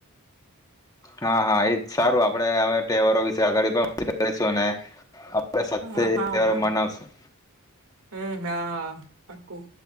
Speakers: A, on the left (about 15°); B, on the right (about 75°).
A: હા, હા એજ સારું આપડે હવે તહેવારો વિશે આગળ પણ વાત કરીશું ને આપડે સાથે
B: હા
A: એક
B: હા
A: તહેવાર
B: હા
A: મનાવશું.
B: હમ હા હા પાકું.